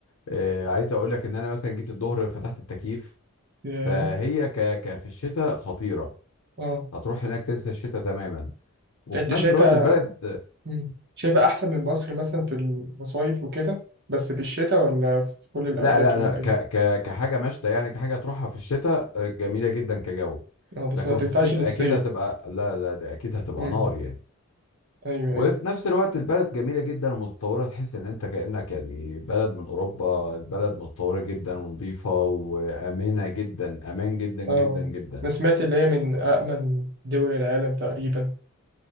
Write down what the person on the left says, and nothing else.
آه، عايز اقول لك ان انا مثلا جيت الظهر فتحت التكييف
فهي ك... ك في الشتاء خطيره
هتروح هناك تنسى الشتاء تماما وفي
نفس
الوقت البلد
لا لا انا
ك...
ك... كحاجه مشتى يعني كحاجه تروحها في الشتاء آه، جميله جدا كجو
لكن
في الصيف
اكيد هتبقى لا لا دي اكيد هتبقى
نار يعني
وفي
نفس الوقت البلد جميله جدا ومتطوره تحس ان انت كانك يعني بلد من اوروبا البلد متطوره جدا ونظيفه وامنه جدا امان جدا جدا
جدا